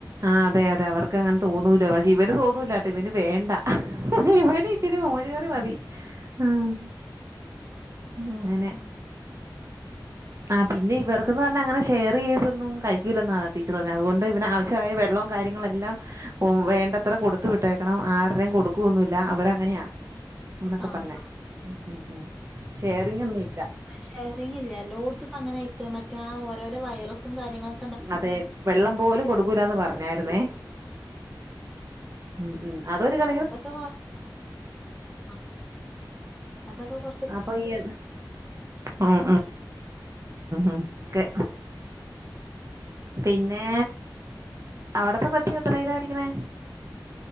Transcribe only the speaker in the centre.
ഉം
ആഹ്
ഷെയറിംഗ് ഇല്ല എല്ലോടത്തും ഇപ്പൊ അങ്ങനെ ആയിക്കണ് മറ്റേ ആ ഓരോരോ വൈറസും കാര്യങ്ങള്
അതൊക്കെ <unintelligible> അതൊക്കെ കൊറ